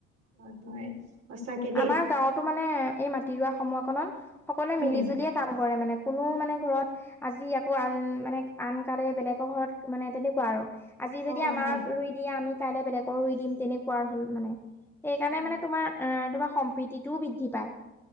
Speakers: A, on the right; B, in the centre.
A: হয় হয় সঁচাকে দেই
B: আমাৰ গাঁৱতো মানে এই মাটি ৰোৱা সময়কনত সকলোৱে
A: উম
B: মিলি জুলিয়ে কাম কৰে মানে কোনো মানে ঘৰত আজি আকৌ আন মানে আনকালে বেলেগৰ ঘৰত মানে তেনেকুৱা আৰু আজি
A: অ
B: যদি আমাক
A: হয়
B: ৰুই দিয়ে আমি কাইলে বেলেগৰ ৰুই দিম তেনেকুৱা হ'ল মানে সেইকাৰণে
A: অ
B: মানে তোমাৰ অ তোমাৰ সম্প্ৰীতিটোও বৃদ্ধি পায়।